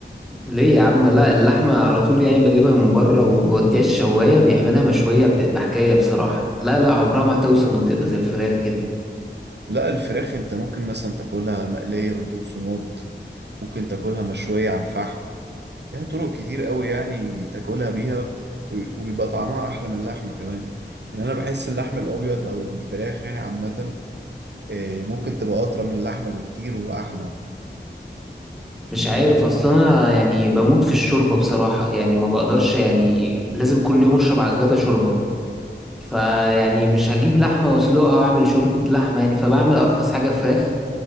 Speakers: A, in the centre; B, on the right.
A: ليه يا عم لا اللحمة على طول يعني بجيبها من بره وبوديها الشواية بيعملها مشوية بتبقى حكاية بصراحة لا لا عمرها ما هتوصل وتبقى زي الفراخ كده
B: لا الفراخ انت ممكن مثلا تاكلها مقلية بالبقسماط ممكن تاكلها مشوية على الفحم لها طرق كتير قوي يعني تاكلها بيها وبي- وبيبقى طعمها احلى من اللحمة كمان يعني انا بحس اللحم الابيض او الفراخ يعني عامة آه، ممكن تبقى اطرى من اللحمة بكتير واحلى
A: مش عارف اصل انا يعني بموت في الشوربه بصراحه يعني ما بقدرش يعني لازم كل يوم اشرب على الغدا شوربه فيعني مش هجيب لحمه واسلقها واعمل شوربه لحمه يعني فبعمل ارخص حاجه فراخ